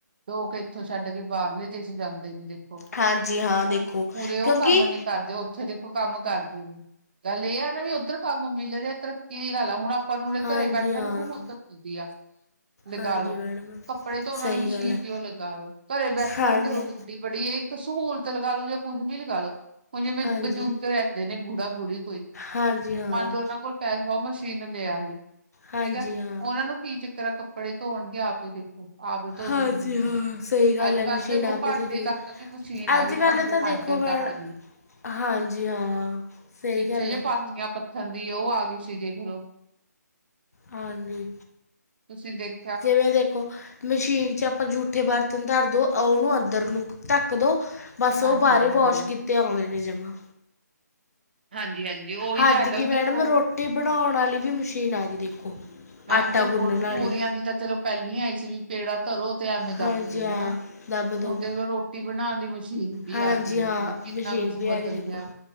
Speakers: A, on the right; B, on the left.
A: ਲੋਕ ਇੱਥੋਂ ਛੱਡ ਕੇ ਬਾਹਰਲੇ ਦੇਸ਼ ਜਾਂਦੇ ਨੇ ਦੇਖੋ।
B: ਹਾਂਜੀ ਹਾਂ ਦੇਖੋ
A: ਪੂਰੇ ਉਹ
B: ਕਿਉਂਕਿ
A: ਕੰਮ ਨੀ ਕਰਦੇ ਓ ਉੱਥੇ ਦੇਖੋ ਕੰਮ ਕਰਦੇ ਨੇ। ਗੱਲ ਇਹ ਹੈ ਨਾ ਵੀ ਉੱਧਰ ਕੰਮ ਮਿਲ ਰਿਹਾ ਤਰੱਕੀ ਦੀ ਗੱਲ ਆ ਹੁਣ ਆਪਾਂ ਨੂੰ ਉਹਦੇ
B: ਹਾਂਜੀ
A: ਘਰੇ ਬੈਠਿਆਂ
B: ਹਾਂ
A: ਨੂੰ ਸਹੂਲਤ ਮਿਲਦੀ ਆ, ਲਗਾ
B: ਹਾਂਜੀ
A: ਲਓ,
B: ਮੈਡਮ
A: ਕੱਪੜੇ ਧੋਣ
B: ਸਹੀ
A: ਆਲੀ ਮਸ਼ੀਨ
B: ਗੱਲ ਹੈ
A: ਕਿ ਉਹ ਲਗਾ ਲੋ, ਘਰੇ ਬੈਠਿਆਂ
B: ਹਾਂਜੀ
A: ਨੂੰ <unintelligible> ਬੜੀ ਏ ਇੱਕ ਸਹੂਲਤ ਲਗਾ ਲੋ ਜਾਂ ਕੁਝ ਵੀ ਲਗਾ ਲੋ। ਹੁਣ ਜਿਵੇਂ
B: ਹਾਂਜੀ
A: ਬਜੁਰਗ ਰਹਿਂਦੇ ਨੇ ਬੁੜਾ-ਬੁੜੀ ਕੋਈ,
B: ਹਾਂਜੀ ਹਾਂ
A: ਮੰਨ ਲਓ ਉਹਨਾਂ ਕੋਲ ਪੈਸਾ ਉਹ ਮਸ਼ੀਨ ਲੈ ਆਏ, ਠੀਕ
B: ਹਾਂਜੀ
A: ਏ
B: ਹਾਂ
A: ਉਹਨਾ ਨੂੰ ਕੀ ਚ ਤਰਾ ਕੱਪੜੇ ਧੋਣਗੇ ਆਪੇ ਦੇਖੋ, ਆਪ ਹੀ ਧੋ
B: ਹਾਂਜੀ
A: ਦੂ ਜਿਂਵੇ
B: ਹਾਂ ਸਹੀ ਗੱਲ
A: ਅੱਜ-ਕੱਲ
B: ਹੈ ਮਸ਼ੀਨ
A: ਤੇ ਉਹ
B: ਆਪੇ
A: ਭਂਡੇ
B: ਤੋਂ ਤੁਸੀਂ
A: ਤੱਕ ਵੀ ਮਸ਼ੀਨ ਆ
B: ਅੱਜ
A: ਗਈ
B: ਕੱਲ੍ਹ
A: ਭਾਂਡੇ
B: ਤਾਂ ਦੇਖੋ
A: ਮਾਂਜਣ
B: ਮੈਂ
A: ਤੱਕ ਦੀ।
B: ਹਾਂਜੀ ਹਾਂ ਸਹੀ
A: ਪਿੱਛੇ
B: ਗੱਲ
A: ਜੇ
B: ਹੈ
A: ਪਸ ਗੀਆਂ ਪੱਥਰ ਦੀ ਉਹ ਆ ਗੀ ਸੀ ਦੇਖ ਲਓ।
B: ਹਾਂਜੀ।
A: ਤੁਸੀਂ ਦੇਖ-
B: ਜਿਵੇਂ ਦੇਖੋ- ਮਸ਼ੀਨ ਚ ਆਪਾਂ ਜੂਠੇ ਬਰਤਨ ਧਰ ਦੋ, ਓਨੂੰ ਅੰਦਰ ਨੂੰ ਧੱਕ ਦੋ ਬਸ
A: ਹਾਂਜੀ
B: ਉਹ ਬਾਰੇ
A: ਹਾਂਜੀ
B: ਵੋਸ਼ ਕੀਤੇ ਆਉਂਦੇ ਨੇ ਜਮਾ।
A: ਹਾਂਜੀ -ਹਾਂਜੀ ਉਹੀ
B: ਹੱਦ
A: ਤਾਂ ਹੈਗਾ
B: ਕੀ
A: ਵੀ
B: ਮੈਡਮ
A: 'ਦੇਖੋ
B: ਰੋਟੀ ਬਣਾਉਣ ਵਾਲੀ ਵੀ ਮਸ਼ੀਨ ਆ ਗਈ ਦੇਖੋ।
A: ਮੈਮ
B: ਆਟਾ
A: ਦੇਖੋ
B: ਗੁੰਨਣ ਵਾਲੀ
A: ਪੂਰੀਆਂ ਦੀ ਤਾਂ ਚਲੋ ਪਹਿਲੀ ਆਈ ਸੀ ਵੀ ਪੇੜਾ ਧਰੋ ਤੇ ਐਵੇਂ ਦੱਬ
B: ਹਾਂਜੀ
A: ਦੋ
B: ਹਾਂ
A: ਹਨਾ,
B: ਦੱਬ ਦੋ
A: ਹੁਣ ਦੇਖ ਲੋ ਰੋਟੀ ਬਣਾਣ ਦੀ ਮਸ਼ੀਨ ਵੀ
B: ਹਾਂਜੀ
A: ਆ ਗਈ ਦੇਖ
B: ਹਾਂ,
A: ਲੋ ਕਿੰਨਾ
B: ਮਸ਼ੀਨ
A: ਕੁਛ
B: ਵੀ ਹੈਗੀ
A: ਬਦਲ
B: ਦੇਖੋ।
A: ਗਿਆ।